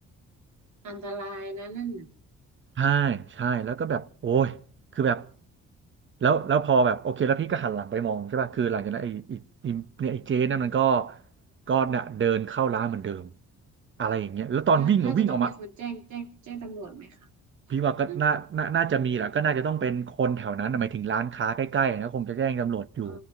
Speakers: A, on the right (about 75°); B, on the right (about 40°).
A: อันตรายนะนั่นน่ะ
B: ใช่ใช่แล้วก็แบบโอ้ยคือแบบแล้วแล้วพอแบบโอเคแล้วพี่ก็หันหลังไปมองใช่ป่ะคือหลังจากนั้นไอ้ไอ้ไอ้เนี่ยไอ้เจ๊นั่นมันก็ก็เนี่ยเดินเข้าร้านเหมือนเดิมอะไรอย่างเงี้ยแล้วตอนวิ่งอะวิ่งออกมา
A: น่าน่าจะต้องมีคนแจ้งแจ้งแจ้งตำรวจไหมคะ
B: พี่ว่าก็น่าน่าน่าจะมีแหละก็น่าจะต้องเป็นคนแถวนั้นน่ะหมายถึงร้านค้าใกล้ๆนะคงจะแจ้งตำรวจอยู่
A: อืมอ